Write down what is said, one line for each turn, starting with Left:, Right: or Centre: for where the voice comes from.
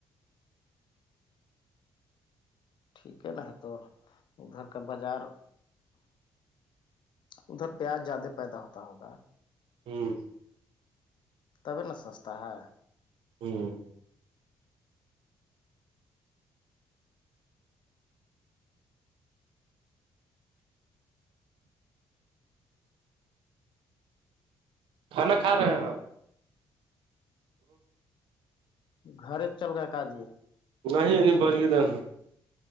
Left: ٹھیک ہے ن ہے توو ادھر کا بازار ادھر پیاز زیادہ پیدا ہوتا ہوگا
Right: ہوں
Left: تبھی نا سستا ہے
Right: او کھانا کھا رہے ہ
Left: گھر چل گا کاجی
Right: نہیں نہیںنی بڑی دین